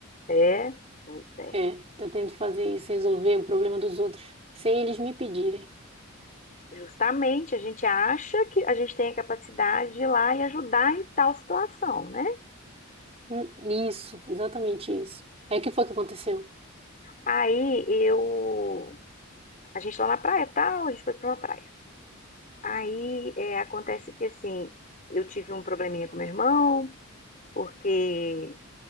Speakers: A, on the left; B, on the right.
A: É, pois é.
B: É, eu tento fazer isso, resolver o problema dos outros, sem eles me pedirem.
A: Justamente a gente acha que a gente tem a capacidade de ir lá e ajudar em tal situação, né?
B: Hum, isso, exatamente isso. Aí o que foi que aconteceu?
A: Aí eu. A gente lá na praia, tal, a gente foi pra uma praia. Aí é, acontece que assim, eu tive um probleminha com meu irmão, porque